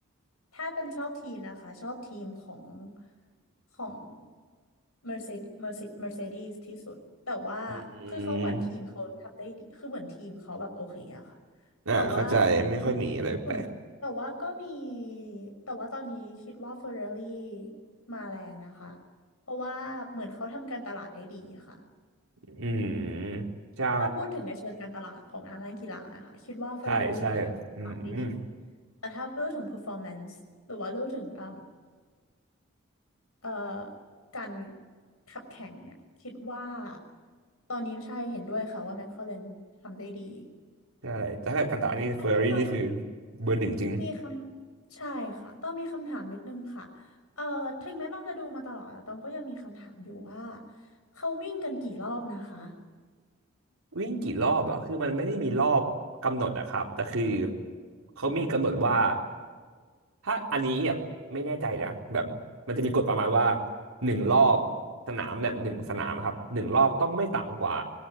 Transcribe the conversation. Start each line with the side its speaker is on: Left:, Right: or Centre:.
Left: ถ้าเป็นชอบทีมนะคะชอบทีมของของ Mercedes Mercedes Mercedes ที่สุดแต่ว่าคือเขาเหมือนทีมเขาทำได้ดีคือเหมือนทีมเขาแบบโอเคอะค่ะ
Right: อืมอ่าเข้าใจไม่ค่อยมีอะไรแปลก
Left: แต่ว่า ส่วนแต่ว่าก็มีแต่ว่าตอนนี้คิดว่าเฟอร์รารี่มาแรงนะคะเพราะว่าเหมือนเขาทำการตลาดได้ดีค่ะ
Right: อืมใช่
Left: ถ้าพูดถึงในเชิงการตลาดของนังเล่นกีฬานะคะคิดว่าเฟอร์รารี่ทำตลาดได้ดี
Right: ใช่ใช่อืมอืม
Left: แต่ถ้าเรื่องถึง performance หรือว่าเรื่องถึงเอ่อเอ่อการขับแข่งเนี่ยคิดว่าตอนนี้ใช่เห็นด้วยค่ะว่าแมคลาเรนทำได้ดี
Right: ใช่แต่ถ้าเกิดกันตะนี่เฟอร์รี่นี่คือ
Left: อันนี้ต้อง
Right: เบอร์หนึ่งจริง
Left: มีคำใช่ค่ะต้องมีคำถามนิดนึงค่ะเอ่อถึงแม้ต้องจะดูมาตลอดแต่ต้องก็ยังมีคำถามอยู่ว่าเขาวิ่งกันกี่รอบนะคะ
Right: วิ่งกี่รอบเหรอคือมันไม่ได้มีรอบกำหนดนะครับแต่คือเขามีกำหนดว่าถ้าอันนี้แบบไม่แน่ใจนะแบบมันจะมีกฎประมาณว่าหนึ่งรอบสนามแบบหนึ่งสนามครับหนึ่งรอบต้องไม่ต่ำกว่า